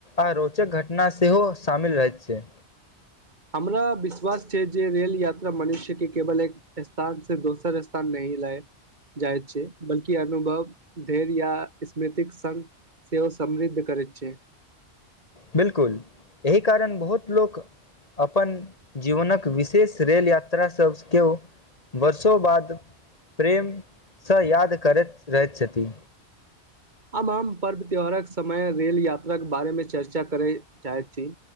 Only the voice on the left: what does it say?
आ रोचक घटना सेहो शामिल रहैत छै
बिल्कुल एहि कारण बहुत लोक अपन जीवनक विशेष रेल यात्रा सभ केयौ वर्षो बाद प्रेमसँ याद करैत रहैत छथि